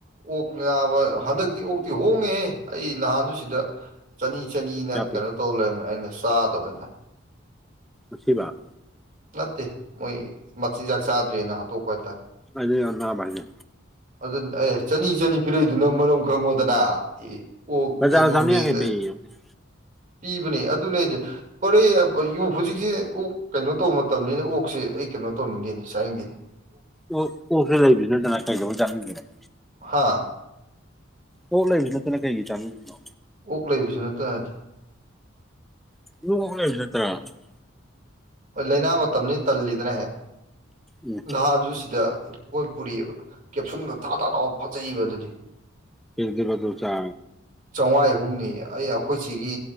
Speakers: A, on the right; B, in the centre.
A: ꯑꯣꯛ ꯅꯕ ꯍꯟꯗꯛꯇꯤ ꯑꯣꯛꯇꯤ ꯍꯣꯡꯉꯦꯍꯦ ꯑꯩ ꯅꯍꯥꯟꯁꯨ ꯁꯤꯗ ꯆꯅꯤ ꯆꯅꯤꯅ
B: ꯀꯌꯥ
A: ꯀꯩꯅꯣ
B: ꯄꯤ
A: ꯇꯧ ꯂꯩꯔ ꯑꯩꯅ ꯆꯥꯗꯕ‌ ꯍꯥꯏꯇꯥꯏ
B: ꯑꯁꯤꯕ
A: ꯅꯠꯇꯦ ꯃꯣꯏ ꯃ.. ꯆꯤꯟꯖꯥꯛ ꯆꯥꯗ꯭ꯔꯦꯅ ꯍꯥꯠꯇꯣꯛꯄ ꯍꯥꯏꯇꯥꯔꯦ
B: ꯑꯗꯨꯗꯅꯥꯕꯥ ꯍꯥꯏꯖꯦ
A: ꯑꯗꯨꯅ ꯑꯦ ꯆꯅꯤ ꯆꯅꯤ ꯄꯤꯔꯛꯏꯗꯨ ꯅꯪ ꯃꯔꯝ ꯈꯪꯉꯣꯗꯅ ꯑꯦ
B: ꯕꯖꯥꯔꯗ
A: ꯀ ꯅꯣꯔꯃꯦꯟꯗ
B: ꯆꯥꯝꯃ ꯌꯥꯡꯈꯩ ꯄꯤꯌꯦ ꯑꯣꯛ
A: ꯄꯤꯕꯅꯦ ꯑꯗꯨꯅꯦ ꯑꯩꯁꯦ ꯐꯣꯔꯦ ꯍꯧꯖꯤꯛꯁꯦ ꯑꯣꯛ ꯀꯩꯅꯣ ꯇꯧꯕ ꯃꯇꯝꯅꯤꯅ bh ꯑꯩ ꯀꯩꯅꯣ ꯇꯧꯅꯤꯡꯗꯦꯅꯤ ꯆꯥꯅꯤꯡꯗꯦꯅꯤ
B: ꯑꯣ ꯑꯣꯛꯁꯦ ꯂꯩꯕꯤꯅꯗꯅ ꯀꯩꯗꯧꯕꯩ ꯆꯥꯅꯤꯡꯗꯤꯔꫭ
A: ꯍꯥꯥ
B: ꯑꫭꯗ ꯂꯩꯕꯁꯨ ꯅꯠꯇꯅ ꯀꯩꯒꯤ ꯆꯥꯅꯤꯉꯉꯤꯅꯣ
A: ꯑꯣꯛ ꯂꯩꯕꯁꯨ ꯅꯠꯇꯅꯗꯤ
B: <unintelligible>
A: ꯍꯣꯏ ꯂꯥꯏꯅꯥ ꯃꯇꯝꯅꯤ ꯇꯜꯂꯤꯗꯅꯍꯦꯛ
B: ꯎꯝ
A: ꯅꯍꯥꯟꯁꯨ ꯁꯤꯗ ꯄꯣꯠ ꯄꯨꯔꯛꯑꯕ ꯀꯦꯞꯁꯟꯗꯣ ꯊꯥ ꯊꯥꯅꯅꯥ ꯐꯖꯩꯕ ꯑꯗꯨꯗꯤ
B: ꯐꯤꯗꯕꯗꯨ ꯆꯥ
A: ꯆꯥꯝꯉꯥ ꯑꯍꯨꯝꯅꯤ ꯑꯩ ꯆꯥꯒꯤ‌